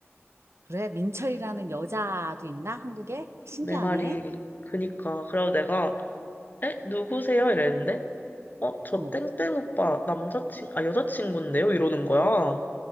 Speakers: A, on the right; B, on the left.
A: 그래, 민철이라는 여자도 있나? 한국에? 신기하네.
B: 내 말이. 그니까. 그래서 내가, 에? 누구세요? 이랬는데, 어, 저
A: 어.
B: 땡땡 오빠 남자친, 아, 여자친구인데요? 이러는 거야.